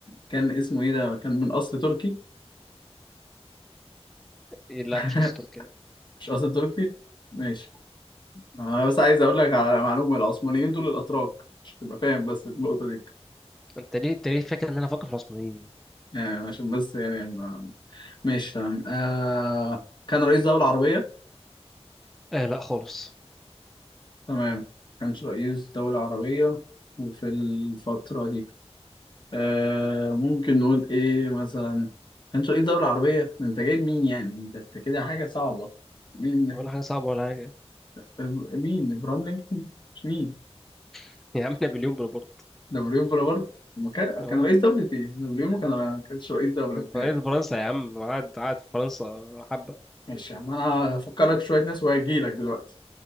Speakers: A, on the left; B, in the centre.
A: كان اسمه ايه ده كان من اصل تركي
B: إيه لا
A: <laughs>
B: مش رئيس تركيا لا.
A: مش اصل تركي ماشي انا بس عايز اقول لك على معلومة العثمانيين دول الاتراك عشان تبقى فاهم بس النقطة دي
B: انت ليه انت ليه فاكر ان انا فاكر في العثمانيين يعني
A: يعني عشان بس يعني ما... ماشي تمام آه... كان رئيس دولة عربية
B: آه لا خالص
A: تمام كانش رئيس دولة عربية في الفترة دي آه ممكن نقول إيه مثلا كانش رئيس دولة عربية ده أنت جايب مين يعني أنت أنت كده حاجة صعبة مين
B: ولا حاجة صعبة ولا حاجة
A: إب- مين إبراهيم لينكولن مش مين
B: <laughs> يا عم نابليون بونابرت
A: نابليون بونابرت ما كان
B: اه
A: كان رئيس دولة إيه نابليون ما كان ما كانش رئيس دولة بتهيألي
B: رئيس فرنسا يا عم قعد قعد في فرنسا حبة
A: ماشي يا عم أنا هفكرك شوية ناس وهجيلك دلوقتي